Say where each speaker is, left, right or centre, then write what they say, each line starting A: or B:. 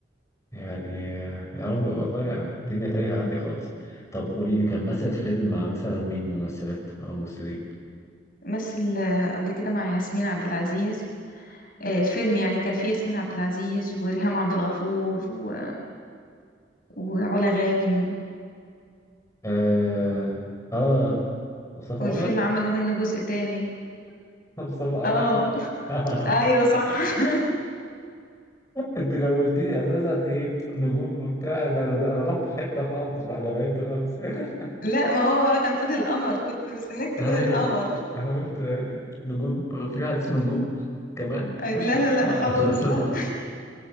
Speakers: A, on the left; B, on the left.
A: يعني آه، يا رب والله يعني الدنيا تايهة عندي خالص طب قولي لي كان مثل فيلم مع مثلا مين ممثلات أو ممثلين
B: مثل آه، قبل كده مع ياسمين عبد العزيز آه، الفيلم يعني كان فيه ياسمين عبد العزيز وريهام عبد الغفور و... وعلا غانم
A: آه آه مصطفى قمر
B: والفيلم عملوا منه جزء تاني
A: <laughs> مصطفى قمر
B: اه
A: صح <laughs>
B: <laughs> ايوه صح <laughs>
A: انت لو قلتيلي اساسا ايه نجوم وبتاع ده انا ده أنا رحت في حته خالص بقى انا بعدت خالص <laughs>
B: لا ما هو بقى كان فاضل القمر كنت مستنيك تقولي
A: ايوه
B: القمر
A: انا قلت يعني نجوم في واحد اسمه نجوم كمان
B: أي- لا لا لا
A: <laughs>
B: خالص لا